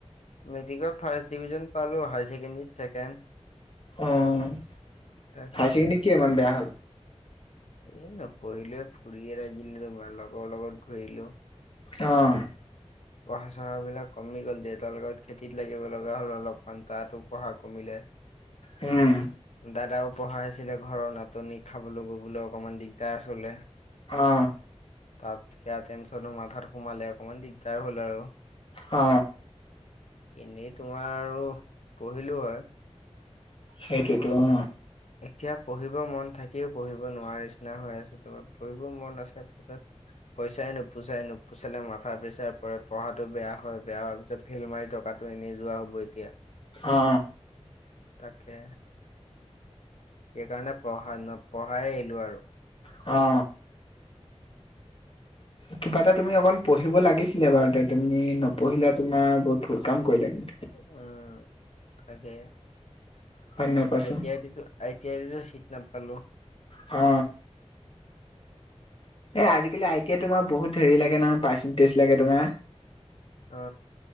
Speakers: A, on the left; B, on the left.
A: মেট্ৰিকৰ ফাৰ্ষ্ট ডিভিজন পালো, হাই ছেকেণ্ডেৰীত ছেকেণ্ড,
B: অ হাই ছেকেণ্ডৰী
A: তাকে।
B: কিয় ইমান বেয়া হ'ল?
A: এই ন পঢ়িলো ফুৰিয়ে থাকিলো তোমাৰ লগৰ লগত ঘূৰিলো
B: অঁ
A: পঢ়া চহা বিলাক কমি গ'ল দেউতাৰ লগত খেতিত লাগিব লগা হ'ল অলপমান তাতো পঢ়া কমিলে।
B: উম
A: দাদাও পঢ়া নাছিলে ঘৰৰ নাটনি খাবলৈ ববলৈ অকনমান দিগদাৰ চলে।
B: অ
A: তাত সেয়া টেনশনো মাথাত সোমালে অকণমান দিগদাৰ হ'ল আৰু।
B: অ।
A: এনেই তোমাৰ আৰু পঢ়িলো হয়।
B: সেইটোতো অ।
A: এতিয়া পঢ়িব মন থাকিও পঢ়িব নোৱাৰা নিচিনা হৈ আছে ত পঢ়িব মন আছে পাছত। পইচাই নোপোচাই নোপোচালে মাথা পেচাৰ পৰে পঢ়াটো বেয়া হয় বেয়া হোৱাৰ পিছত ফেল মাৰি টকাটো এনেই যোৱা হ'ব এতিয়া।
B: অ
A: তাকে। সেইকাৰণে পঢ়া পঢ়াই আহিলোঁ আৰু।
B: অ কিবা এটা তুমি অকণ পঢ়িব লাগিছিলে বাৰু এ তুমি নপঢ়িলা তোমাৰ বহুত ভুল কাম কৰিলা কিন্তু।
A: উম তাকে
B: হয় নে নহয় কোৱাচোন?
A: আই টি আই আই টি আইতো চিট নাপালোঁ।
B: অ এ আজিকালি আই টি আইত তোমাৰ বহুত হেৰি লাগে নহয় পাৰ্চেণ্টেজ লাগে তোমাৰ।
A: অ